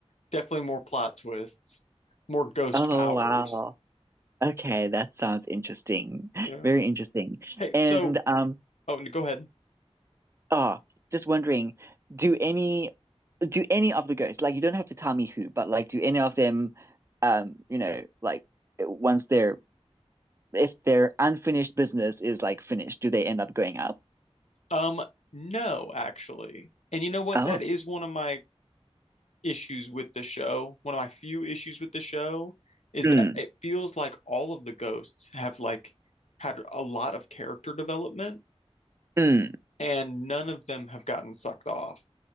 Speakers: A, on the left (about 85°); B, on the right (about 25°).
A: definitely more plot twists, more ghost
B: Oh,
A: powers.
B: wow. Okay, that sounds interesting. <laughs>
A: Yeah.
B: Very interesting.
A: Hey,
B: And
A: so
B: um,
A: oh, go ahead.
B: oh, just wondering, do any do any of the ghosts, like you don't have to tell me who, but like do any of them um, you know, like once they're if their unfinished business is like finished, do they end up going up?
A: Um no, actually. And you know what?
B: Oh,
A: That is one of my issues with the show. One of my few issues with the show is
B: mm,
A: that it feels like all of the ghosts have like had a lot of character development
B: mm.
A: and none of them have gotten sucked off.